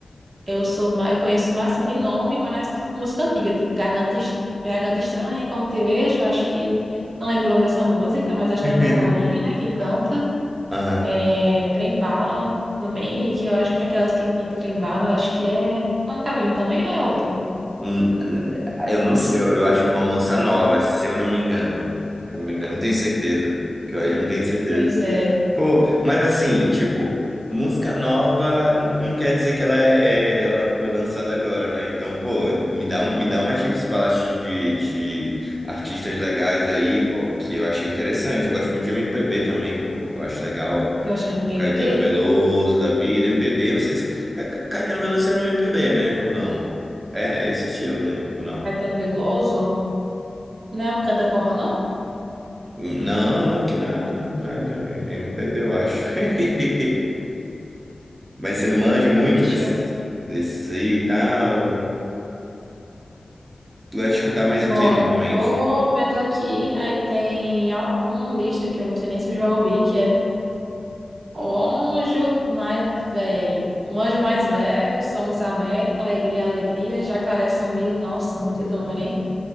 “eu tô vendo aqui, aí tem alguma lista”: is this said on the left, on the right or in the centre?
Right